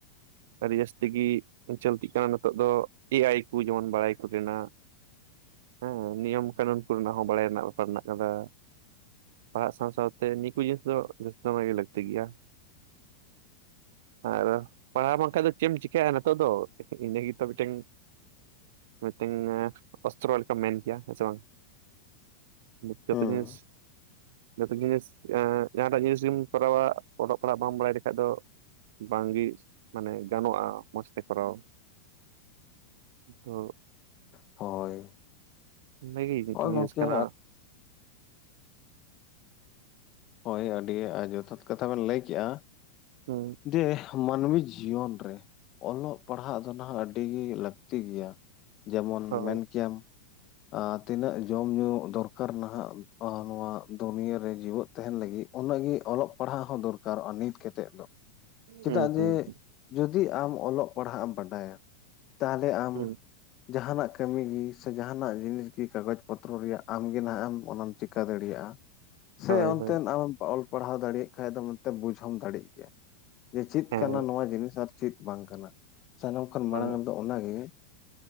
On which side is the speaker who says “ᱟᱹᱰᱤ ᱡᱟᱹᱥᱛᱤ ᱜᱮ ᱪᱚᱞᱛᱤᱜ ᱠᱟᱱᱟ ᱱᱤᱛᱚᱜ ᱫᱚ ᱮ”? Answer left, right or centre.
Right